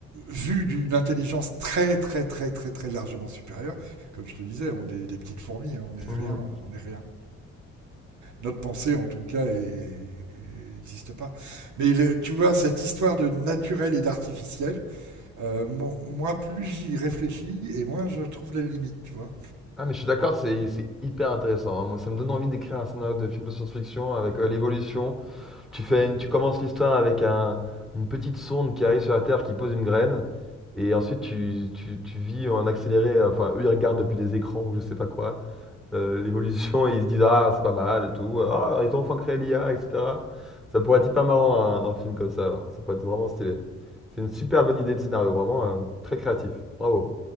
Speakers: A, on the right; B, in the centre.
A: vu d'une intelligence très, très, très, très, très largement supérieure, comme je te disais, on est des petites fourmis, hein, on n'est
B: Mhm.
A: rien, euh, on est rien. Notre pensée, en tout cas, n'existe pas. Mais le- tu vois, cette histoire de naturel et d'artificiel, euh, mon- moi, plus j'y réfléchis, et moins je trouve la limite, tu vois.
B: Ah, mais je suis d'accord, c'est c'est hyper intéressant. hein. Moi, ça me donne envie d'écrire un scénario de film de science-fiction avec euh, l'évolution. Tu fais une- tu commences l'histoire avec un- une petite sonde qui arrive sur la Terre, qui pose une graine, et ensuite tu, tu- tu vis en accéléré. euh, Enfin, eux, ils regardent depuis des écrans ou je sais pas quoi. euh, l'évolution et ils se disent ah c'est pas mal et tout, ah ils ont enfin créé l'IA, etc. Ça pourrait être hyper marrant un, un film comme ça, alors. ça pourrait être vraiment stylé. C'est une super bonne idée de scénario, vraiment euh, très créatif. Bravo.